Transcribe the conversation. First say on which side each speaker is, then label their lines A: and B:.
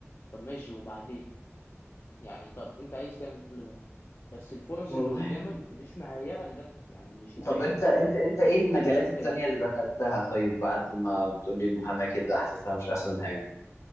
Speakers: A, on the left; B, on the left.
A: طب ماشي وبعدين يعني طب انت عايز تعمل كل ده بس الفرص
B: والله
A: اللي قدامك مش مهيئه لده يعني مش مهيئ
B: طب انت انت انت ايه المجالات
A: الحته
B: التانية
A: دي
B: اللي دخلتها طيب بعد ما بتقولي المحاماة كده حاسسها مش احسن حاجة